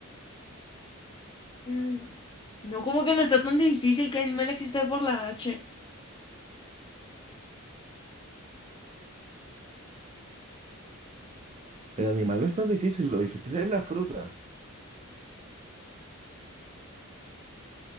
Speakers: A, on the left; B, on the right.
A: mm, no, como que no está tan difícil que animal existe por la H.
B: animal no es tan difícil, lo difícil es la fruta.